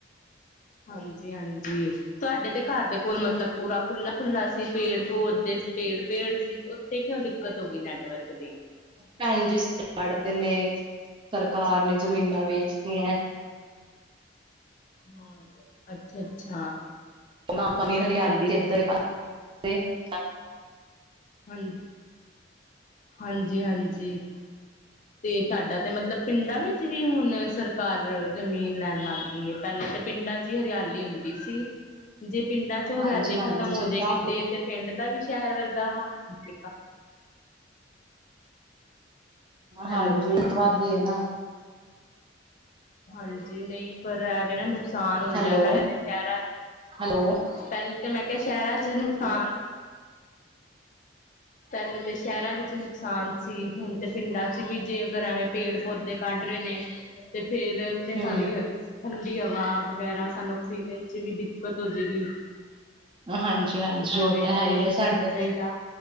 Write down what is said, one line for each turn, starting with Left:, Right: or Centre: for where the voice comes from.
Left: ਹਾਂਜੀ ਹਾਂਜੀ। ਤੁਹਾਡੇ ਤੇ ਘਰ ਦੇ ਕੋਲ ਮਤਲਬ ਪੂਰਾ ਖੁੱਲਲਾ-ਖੁੱਲਲਾ ਸੀ ਪੇੜ ਪੌਦੇ ਪੇੜ-ਪੇੜ ਸੀ, ਉੱਥੇ ਕਿਉਂ ਦਿੱਕਤ ਹੋ ਗਈ ਨੈਟਵਰਕ ਦੀ।
Right: ਭੈਣਜੀ ਜੜ ਤੇ ਨੇ ਸਰਕਾਰ ਨੇ ਜ਼ਮੀਨਾਂ ਵੇਚਤੀਆਂ।
Left: ਹਾਂ, ਅੱਛਾ ਅੱਛਾ।
Right: <unintelligible> ਪਾਣੀ ਹਰਿਆਲੀ ਇਧਰ <unintelligible>
Left: ਹਾਂ <unintelligible> ਹਾਂਜੀ ਹਾਂਜੀ ਤੇ ਤੁਹਾਡਾ ਤੇ ਮਤਲਬ ਪਿੰਡਾਂ ਵਿੱਚ ਵੀ ਹੁਣ ਸਰਕਾਰ ਜ਼ਮੀਨ ਲੈਣ ਲੱਗ ਗਈ ਐ ਪਹਿਲੇ ਤੇ ਪਿੰਡਾਂ ਚ ਹਰਿਆਲੀ ਹੁੰਦੀ ਸੀ। ਜੇ ਪਿੰਡਾਂ ਚੋਂ ਹਰਿਆਲੀ
Right: ਹਾਂਜੀ ਹਾਂਜੀ
Left: ਖਤਮ
Right: ਜਿੱਦਾਂ
Left: ਹੋ ਜਾਏਗੀ
Right: ਹੁਣ
Left: ਤੇ ਤੇ ਪਿੰਡ ਦਾ ਵੀ ਸ਼ਹਿਰ ਵਰਗਾ ਹਾਲ ਹੈਗਾ।
Right: ਹਾਂਜੀ
Left: ਹੈਲੋ
Right: ਉਸ ਤੋਂ ਬਾਅਦ ਈ ਏ ਨਾ।
Left: ਹਾਂਜੀ ਨਈ ਪਰ ਐਵੇਂ ਨਾ ਨੁਕਸਾ ਨੁਕਸਾਨ ਹੁੰਦਾ
Right: ਹੈਲੋ
Left: ਪਹਿਲੇ ਤਾਂ ਸ਼ਹਿਰਾਂ ਚ
Right: ਹੈਲੋ
Left: ਪਹਿਲੇ ਤਾਂ ਮੈਂ ਕਿਆ ਸ਼ਹਿਰਾਂ ਚ ਨੁਕਸਾਨ ਪਹਿਲੇ ਤਾਂ ਸ਼ਹਿਰਾਂ ਵਿੱਚ ਨੁਕਸਾਨ ਸੀ, ਹੁਣ ਤੇ ਪਿੰਡਾਂ ਚ ਵੀ ਜੇ ਅਗਰ ਏਵੇਂ ਪੇੜ-ਪੌਦੇ ਕੱਢ ਰੇ ਨੇ। ਤੇ ਫੇਰ ਤੇ
Right: ਹਮ
Left: ਸਾਰੀ ਅ ਠੰਡੀ ਹਵਾ ਵਗੈਰਾ ਸਾਨੂੰ ਆਕਸੀਜਨ ਚ ਵੀ ਦਿੱਕਤ ਹੋਜੇਗੀ।
Right: ਹਾਂਜੀ ਹਾਂਜੀ
Left: ਹੇਵੇਂ
Right: ਉਹ ਤਾਂ ਹੈ
Left: ਤੇ
Right: ਹੀ
Left: ਨਈਂ
Right: ਹੈ
Left: ਕਰਨਾ
Right: ਸਾਡੇ
Left: ਚਾਈਦਾ।